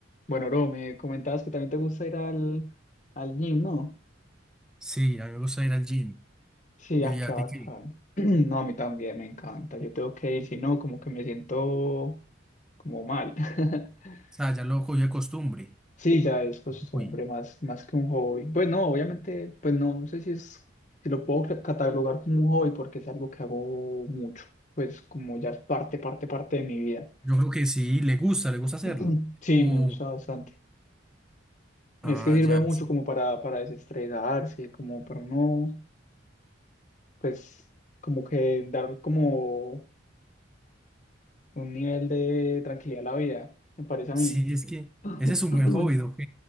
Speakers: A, on the left; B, in the centre.
A: Bueno, Ro, me comentabas que también te gusta ir al, al gym, ¿no?
B: Sí, a mí me gusta ir al gym.
A: Sí,
B: ¿Y
A: ah, qué
B: a
A: bacán.
B: ti qué?
A: <clears throat> No, a mí también me encanta. Yo tengo que ir, si no, como que me siento como mal. <laughs>
B: O sea, ya lo cogió de costumbre.
A: Sí, ya es costumbre
B: Uy,
A: más, más que un hobby. Pues no, obviamente, pues no sé si es, si lo puedo cla- catalogar como un hobby porque es algo que hago mucho. Pues como ya es parte, parte, parte de mi vida.
B: yo creo que sí, le gusta, le gusta hacerlo.
A: <clears throat> Sí,
B: O,
A: me gusta bastante.
B: ah,
A: Es que sirve
B: ya,
A: mucho
B: sí.
A: como para, para desestresarse, como para uno pues como que dar como un nivel de tranquilidad a la vida, me parece a
B: Sí,
A: mí.
B: es que
A: <coughs>
B: ese es un
A: <clears throat>
B: buen hobby, ok.